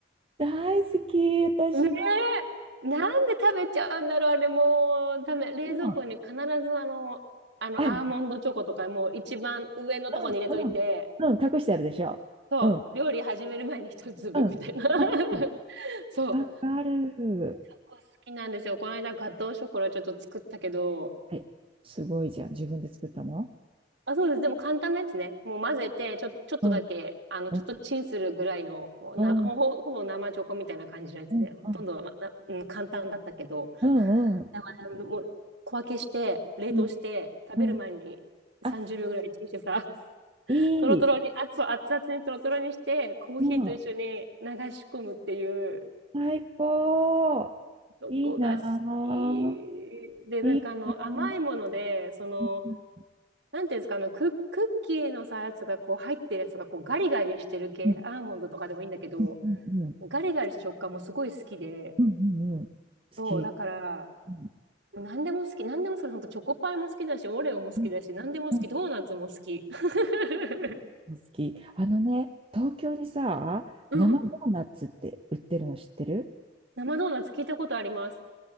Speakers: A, on the right (about 30°); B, on the right (about 75°).
A: 大好き、私も。
B: ねえ、なんで食べちゃうんだろう、あれ、もう、食べ、冷蔵庫に必ず、
A: うん、
B: あの、あの、
A: ある。
B: アーモンドチョコとか、もう一番上のとこに入れといて、
A: うん、うん。うん、隠してあるでしょ。
B: そう、
A: うん、
B: 料理始める前に一粒みたいな。
A: うん。
B: <laughs>
A: わかる。
B: そう。
A: わかる。
B: タコ好きなんですよ。この間ガトーショコラちょっと作ったけど、
A: え、すごいじゃん。自分で作ったの
B: あ、そうです。でも簡単なやつね。もう混ぜて、ちょ、ちょっとだけ、
A: うん、
B: あの、
A: うん、
B: ちょっとチンするぐらいの、もうな、
A: うん、
B: ほぼ、
A: うん、
B: ほぼ生チョコみたいな感じのやつで、
A: うん、
B: ほとんど、ま、な、うん、簡単だったけど、
A: うん、うん、
B: だからもう小分けして、冷凍して、
A: うん。
B: 食べる前に30秒ぐらいチンしてさ、
A: うんあ、
B: <laughs>
A: いい。
B: とろとろに、熱々、熱々にとろとろにして、コーヒーと一緒に流し込むっていう、
A: うん、最高。
B: チョコが好き。
A: いいなぁ。
B: で、
A: いいなぁ。
B: なんかあの、甘いもので、その、
A: うん
B: なんていうんですか、あの、ク、クッキーのさ、やつがこう入ってるやつがこうガリガリしてる系、
A: うん
B: アーモンドとかでもいいんだけど、
A: うんうんう
B: ガリガリした食感もすごい好きで、
A: んうんうん好
B: そう、
A: き。
B: だから、
A: うん
B: 何でも好き、何でも好き、ほんとチョコパイも好きだし、オレオも好きだし、
A: うん
B: 何でも好き、
A: うん
B: ドーナツも好き。<laughs>
A: 好き。あのね、東京にさ、
B: うん。
A: 生ドーナツって売ってるの知ってる
B: 生ドーナツ聞いたことあります。